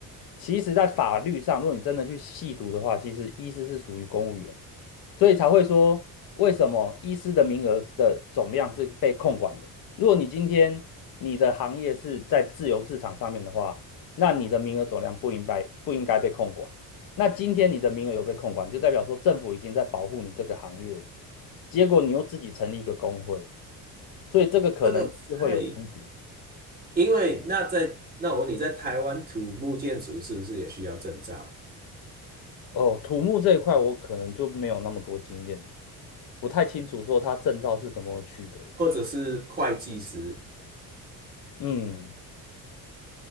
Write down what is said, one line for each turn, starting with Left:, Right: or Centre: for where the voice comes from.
Left: 其实，在法律上，如果你真的去细读的话，其实医师是属于公务员，所以才会说为什么医师的名额的总量是被控管的。如果你今天你的行业是在自由市场上面的话，那你的名额总量不应该不应该被控管。那今天你的名额有被控管，就代表说政府已经在保护你这个行业了。结果你又自己成立一个工会，所以这个可能就会有冲突。
Right: 这个太因为那在那我问你在台湾土木建筑是不是也需要证照，
Left: 哦，土木这一块我可能就没有那么多经验，不太清楚说它证照是怎么取得的。
Right: 或者是会计师？
Left: 嗯，